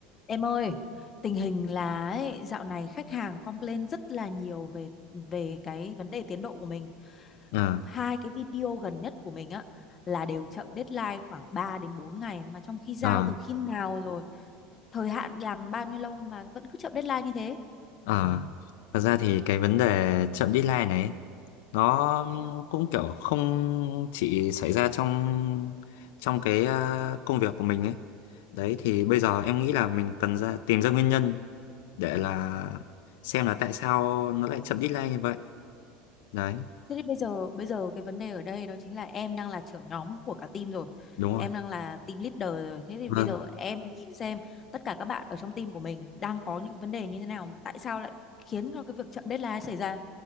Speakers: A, on the left (about 25°); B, on the left (about 75°).
A: Em ơi, tình hình là ấy, dạo này khách hàng complain rất là nhiều về về cái vấn đề tiến độ của mình.
B: à
A: Hai cái video gần nhất của mình á là đều chậm deadline khoảng 3 đến 4 ngày mà trong khi giao
B: à
A: từ khi nào rồi, thời hạn làm bao nhiêu lâu mà vẫn cứ chậm deadline như thế.
B: à thật ra thì cái vấn đề chậm deadline này ấy, nó cũng kiểu không chỉ xảy ra trong trong cái à, công việc của mình ấy đấy thì bây giờ em nghĩ là mình cần ra tìm ra nguyên nhân để là xem là tại sao nó lại chậm deadline như vậy đấy
A: Thế thì bây giờ bây giờ cái vấn đề ở đây đó chính là em đang là trưởng nhóm của cả team rồi.
B: đúng rồi
A: Em đang là team leader rồi. Thế thì
B: vâng
A: bây giờ em nhìn xem tất cả các bạn ở trong team của mình đang có những cái vấn đề như thế nào, tại sao lại khiến cho cái việc chậm deadline xảy ra.